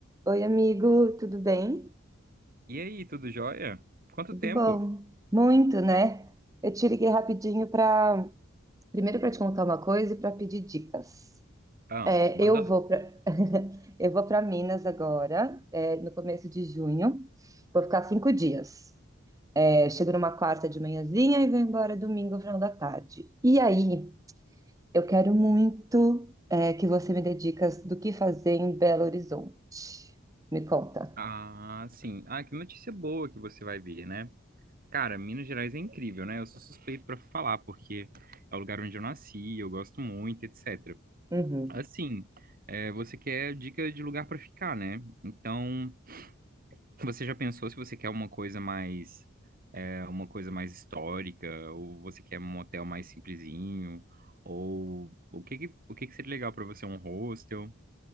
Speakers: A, on the right; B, on the right.
A: Oi, amigo, tudo bem?
B: E aí, tudo jóia? Quanto
A: Tudo
B: tempo?
A: bom? Muito, né? Eu te liguei rapidinho para, primeiro para te contar uma coisa e para pedir dicas.
B: Ah,
A: É,
B: manda
A: eu
B: lá.
A: vou para <laughs> eu vou para Minas agora, é, no começo de junho. Vou ficar cinco dias. É, chego numa quarta de manhãzinha e vou embora domingo, ao final da tarde. E aí, eu quero muito, é, que você me dê dicas do que fazer em Belo Horizonte. Me conta.
B: Ah, sim. Ah, que notícia boa que você vai ver, né? Cara, Minas Gerais é incrível, né? Eu sou suspeito pra falar, porque é o lugar onde eu nasci, eu gosto muito, etc.
A: Uhum.
B: Assim, é, você quer dica de lugar pra ficar, né? Então, você já pensou se você quer uma coisa mais, é, uma coisa mais histórica, ou você quer um hotel mais simplesinho, ou o que que, o que que seria legal pra você, um hostel?